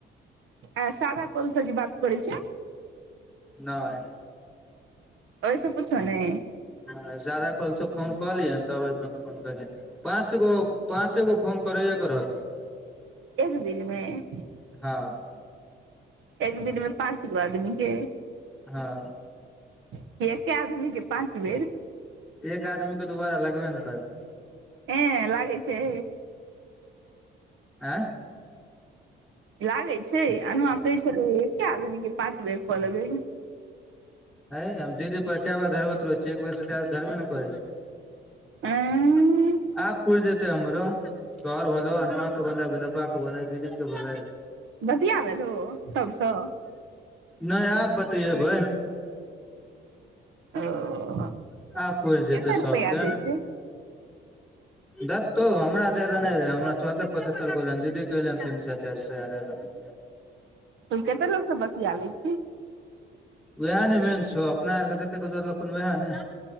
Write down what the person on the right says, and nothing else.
आ सादा काॅलसे जे बात करै छियै
ओय सँ कुछो नै
एक दिनमें
एक दिन में पाँचगो आदमी केँ
की एकेँआदमीे कऽ पाँच बेर
ऐंय लागै छै
लागै छै अनुआ कहै छलै एकेँ आदमी कऽ पाँच बेर कऽ लबै
ऐं
बतिया ललहों सबसँ
<unintelligible>
कते
रुपया दै छै
तु कते लोकसें बतिया लै छीहीं